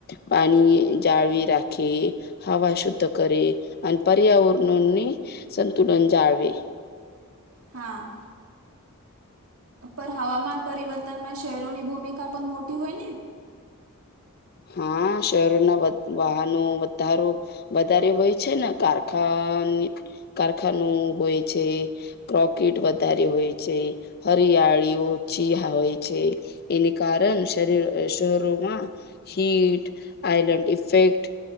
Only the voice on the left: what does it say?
પાની જાળવી રાખે હવા શુદ્ધ કરે, અને પર્યાવરણોને સંતુલન જાળવે.
હા શહેરોના વાહનો વધારો વધારે હોય છે ને કારખા અન કારખાનું હોય છે, પ્રોફિટ વધારે હોય છે શિયાળીઓ ચીહા હોય છે એને કારણ શરીર શહેરોમાં હીટ, આઈલેન્ડ ઇફેક્ટ,